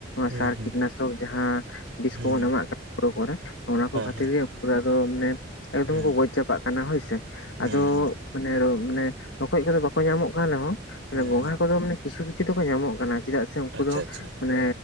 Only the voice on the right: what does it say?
ᱦᱮᱸ
ᱦᱮᱸ ᱦᱮᱸ
ᱦᱮᱸ
ᱦᱮᱸ ᱦᱮᱸ
ᱦᱮᱸ
ᱦᱮᱸ
ᱦᱮᱸ
ᱦᱩᱸ
ᱦᱩᱸ
ᱟᱪᱪᱷᱟ
ᱟᱪᱪᱷᱟ